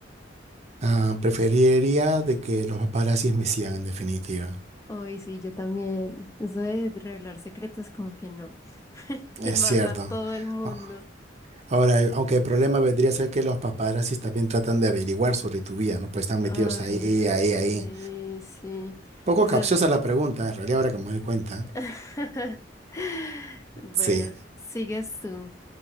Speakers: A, on the right (about 35°); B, on the left (about 15°).
A: Ah, preferiría de que los paparazzis me sigan, en definitiva.
B: Uy, sí, yo también. Eso de revelar secretos como que no. <laughs> Y
A: Es
B: más
A: cierto.
B: a todo el mundo.
A: Ah, Ahora, eh, aunque el problema vendría a ser que los paparazzis también tratan de averiguar sobre tu vida, ¿no? Pues están
B: Ay,
A: metidos ahí,
B: sí,
A: ahí, ahí.
B: sí.
A: Poco
B: Eso
A: capciosa
B: es-
A: la pregunta, en realidad, ahora que me doy cuenta.
B: <laughs> Bueno,
A: Sí,
B: sigues tú.